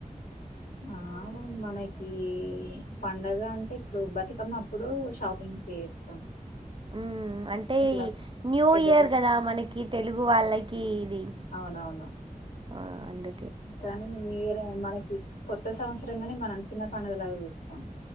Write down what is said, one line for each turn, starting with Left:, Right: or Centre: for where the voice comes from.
Left: ఆ మనకి పండగ అంటే ఇప్పుడు బతుకమ్మ అప్పుడు షాపింగ్ చేస్తాం
Right: ఊ అంటే
Left: ఇట్లా
Right: న్యూ
Left: పెద్ద
Right: ఇయర్
Left: పెద్ద
Right: గదా మనకి తెలుగు వాళ్ళకి ఇది
Left: అవునవును
Right: ఆ అండ్
Left: కానీ మీరు మనకి కొత్త సంవత్సరంగానే మనం చిన్న పండుగలాగా చూస్తాం